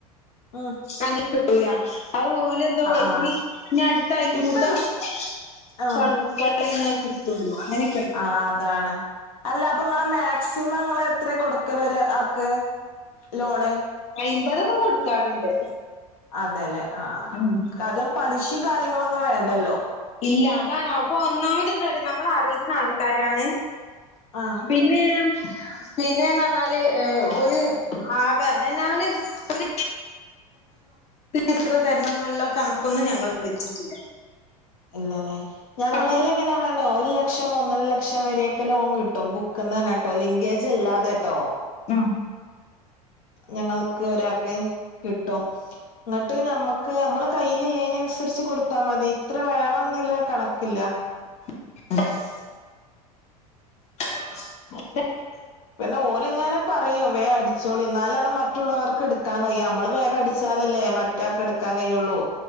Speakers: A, on the left (about 65°); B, on the left (about 35°).
A: ആ
B: അങ്ങനെ കിട്ടൂല. <unintelligible> ഓര് ഇന്നലെ പോയി
A: ആ
B: കൂടി ഇനി അടുത്ത അയൽകൂട്ടം
A: ഇപ്പ
B: അപ്ലൈ
A: ആ
B: ചെയ്യുന്നവർക്കേ കിട്ടുള്ളൂ അങ്ങനെ
A: ആ അതാണ് അല്ല അപ്പൊ നിങ്ങളെ മേ മാക്സിമം നിങ്ങൾ എത്ര കൊടുക്കല് ഒരാക്ക് ലോണ്
B: അയിമ്പതൊക്കെ കൊടുക്കാറുണ്ട്
A: അതെല്ലെ ആ
B: ഉം
A: കാര്യം പലിശയും കാര്യങ്ങളൊന്നും വേണ്ടല്ലോ
B: ഇല്ല അതാണോ അപ്പൊ ഒന്നാമത് എന്താന്നറിയോ നമ്മൾ അറിയുന്ന ആൾക്കാരാണ്
A: ആ
B: <unintelligible> പിന്നെന്ന് പറഞ്ഞാല് ഓല് ഒരു ആ എന്നാ അവന് ഒരു ഇത്ര തരണം എന്നുള്ള കണക്കൊന്നും ഞങ്ങൾ വെച്ചിട്ടില്ല
A: ഇല്ലല്ലേ ഞങ്ങളേല്
B: അപ്പൊ
A: എങ്ങനെയാണോ ഒരു ലക്ഷം ഒന്നര ലക്ഷം വരെയൊക്കെ ലോൺ കിട്ടും ഇറക്കുന്നതന്നെട്ടോ ലിങ്കേജ് അല്ലാതെട്ടോ
B: ആഹ്
A: ഞങ്ങൾക്ക് ഒരാക്ക് കിട്ടും ഇങ്ങട്ട് നമ്മക്ക് നമ്മളെ കയ്യില് ഇല്ലേന് അന്സരിച്ച് കൊട്ത്താ മതി ഇത്ര വേണംന്നില്ല കണക്കില്ല
B: <inaudible> ശബ്ദം ക്ലിയർ അല്ല
A: പിന്നെ ഓല് ഇങ്ങനെ പറയും വേഗം അടിച്ചോളി ഇന്നാലാണ് മറ്റ മറ്റുള്ളവർക്ക് എടുക്കാൻ കഴിയ നമ്മള് വേഗം അടിച്ചാലല്ലേ മറ്റാക്ക് എടുക്കാൻ കഴിയുള്ളൂ